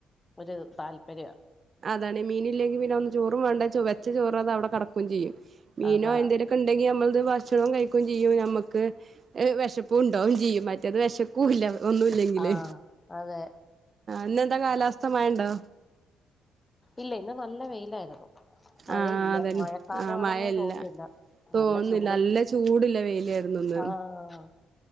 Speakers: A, on the left; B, on the right.
A: ഒരു താല്പര്യ
B: അതാണ് മീൻ ഇില്ലെങ്കിൽ പിന്നെ ഒന്ന് ചോറും വേണ്ട വെച്ചോറ് അത് അവിടെ കടക്കുകയും ചെയ്യും മീനോ
A: അതാ
B: എന്തേലും ണ്ടെങ്കിൽ നമ്മളത് ഭക്ഷണം കഴിക്കുകയും ചെയ്യും നമുക്ക് വെശപ്പും ഉണ്ടാവും ചെയ്യും മറ്റേത് വെശ പ്പുല്ല ഒന്നുല്ലെങ്കില്
A: ആഹ് അതെ
B: ഇന്നെന്താ കാലാവസ്ഥ മഴണ്ടോ
A: ഇല്ല ഇന്ന് നല്ല വെയിലായിരുന്നു മഴയില്ല
B: ആഹ് അതന്നെ
A: മഴക്കാലമാണെന്നേ
B: ആഹ് മഴല്ല
A: തോന്നുന്നില്ല
B: തോന്നുന്നില്ല
A: നല്ല ചൂട്
B: നല്ല ചൂടുള്ള വെയിലായിരുന്നൂന്ന്.
A: ആഹ്